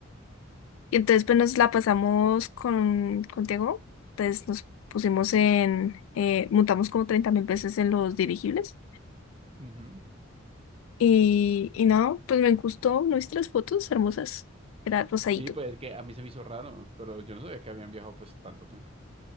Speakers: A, on the left (about 70°); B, on the right (about 30°).
A: Y entonces, pues nos la pasamos con, con contigo, pues nos pusimos en, eh, montamos como treinta mil veces en los dirigibles.
B: Ujú.
A: Y, y no, pues me gustó nuestras fotos hermosas, era rosadito.
B: Sí, pues es que a mí se me hizo raro, pero yo no sabía que habían viajado pues tanto tiempo.